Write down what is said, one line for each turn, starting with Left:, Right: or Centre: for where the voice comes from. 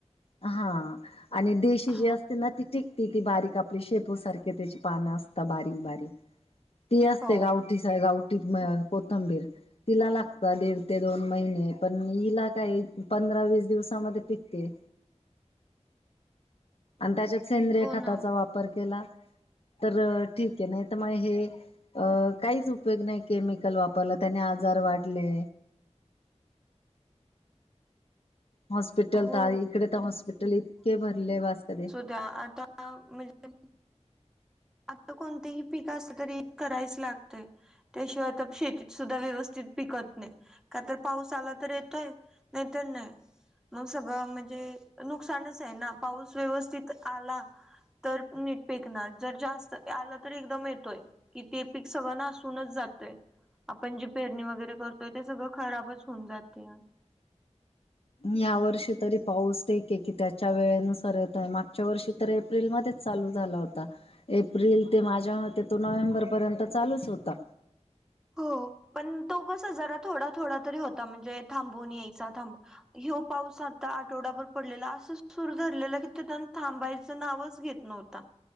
Left: हा आणि देशी
Centre: हा
Left: जी असते ना ती टिक ति ती बारीक आपली शेपू सारखे त्याची पानं असता बारीक-बारीक ती असते
Centre: हो
Left: गावठी <unintelligible> गावटीत कोथंबीर तिला लागता दीड ते दोन महिने पण हिला काय पंधरा वीस दिवसामध्ये पिकते. आन त्याच्यात सेंद्रिय
Centre: हो
Left: खताचा
Centre: ना
Left: वापर केला तर ठीक ये नाईत मग हे अ काहीच उपयोग नाही केमिकल वापरला त्याने आजार वाढले. हॉस्पिटल
Centre: हो
Left: तर इकडे तर हॉस्पिटल इतके भरले बास कधी
Centre: त्या आता म्हणजे आता कोणते ही पीक असल तरी करायच लागतय. त्याशिवाय तत शेतीत सुद्धा व्यवस्थित पिकत नाय. का तर पाऊस आला तर येतोय नाहीतर नाय. म सगळं म्हणजे नुकसानच आहे ना पाऊस व्यवस्थित आला तर नीट पीकणार. जर जास्त आलं तरी एकदम येतोय कि ते पीक सगळं नासूनच जातय. आपण जे पेरणी वगैरे करतोय ते सगळं खराबच होऊन जातेया.
Left: या वर्षी तरी पाऊस ठीक आहे की त्याच्या वेळेनुसार येतय मागच्या वर्षी तरी एप्रिलमध्येच चालू झाला होता एप्रिल ते माझ्या मते तो नोव्हेंबरपर्यंत चालूच होता.
Centre: हो पण तो कस जरा थोडा थोडा तरी होता म्हणजे थांबून यायचा थांबून ह्यो पाऊस आता आठवडाभर पडलेला असं सुर धरलेलं कि ते त्यांन थांबायचं नावच घेत नव्हता